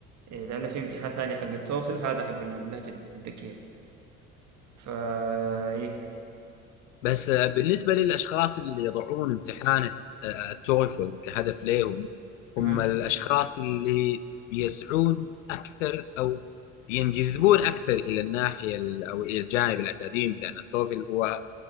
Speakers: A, on the right (about 45°); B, on the left (about 70°).
A: إيه لانه في امتحان ثاني حق التوفل هذا حق اللهجه الامريكيه فا ايه
B: بس آه، بالنسبة للأشخاص اللي يضعون امتحان آه، التويفل كهدف لهم
A: مهم.
B: هم الأشخاص اللي بيسعون أكثر أو ينجذبون أكثر إلى الناحية ال- أو إلى الجانب الأكاديمي لأن التوفل هو